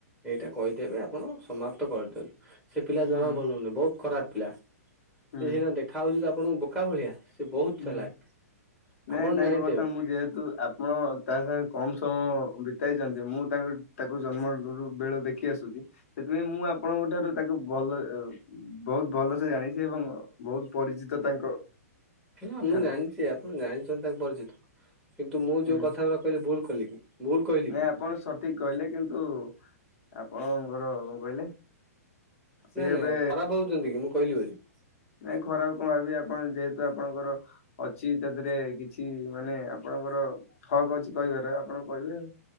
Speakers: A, in the centre; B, on the left.
A: ଏଇଟା କହିଦେବେ ଆପଣ ସମାପ୍ତ କରିଦିଅନ୍ତୁ ସେ ପିଲା ଜମା
B: ହୁଁ
A: ଭଲ ନୁହେଁ ବହୁତ ଖରାପ ପିଲା ସେ
B: ହୁଁ ହୁଁ
A: ସିନା ଦେଖାହେଉଛି ତ ଆପଣଙ୍କୁ ବୋକା ଭଳିଆ। ସେ ବହୁତ
B: ହୁଁ
A: ଚାଲାକ
B: ନାଇଁ
A: ଆପଣ
B: ତାଙ୍କ
A: ଜାଣିଥିବେ
B: କଥା ମୁଁ ଯେହେତୁ ଆପଣ ତା ସାଙ୍ଗେ କମ ସମୟ ବିତେଇଛନ୍ତି ମୁଁ ତା ତାକୁ ଜନ୍ମରୁ ବେଳ ଦେଖି ଆସୁଛି। ସେଥିପାଇଁ ମୁଁ ଆପଣଙ୍କ ଠାରୁ ତାକୁ ଭଲ ବହୁତ ଭଲସେ ଜାଣିଛି। ଏବଂ ବହୁତ ପରିଚିତ ତାଙ୍କ
A: ହେଲା ମୁଁ
B: ଠାରେ
A: ଜାଣିଛି ଆପଣ ଜାଣିଛନ୍ତି ତାଙ୍କ ପରିଚିତ କିନ୍ତୁ ମୁଁ
B: ହୁଁ
A: ଯୋଉ କଥା ଗ କହିଲି ଭୁଲ କଲି କି? ଭୁଲ କହିଲି କି
B: ନାଇଁ ଆପଣ ସଠିକ କହିଲେ କିନ୍ତୁ ଆପଣଙ୍କର କଣ କହିଲେ ସିଏ
A: ନାଇଁ ନାଇଁ
B: ଏବେ
A: ଆଉ ଖରାପ ଭାବୁଛନ୍ତି କି ମୁଁ କହିଲି ବୋଲି।
B: ନାଇଁ ଖରାପ କଣ ଭାବିବି ଆପଣ ଯେହେତୁ ଆପଣଙ୍କର ଅଛି ତାଥିହରେ କିଛି ମାନେ ଆପଣଙ୍କର ହକ୍ ଅଛି କହିବାର ଆପଣ କହିବେ ଆଉ।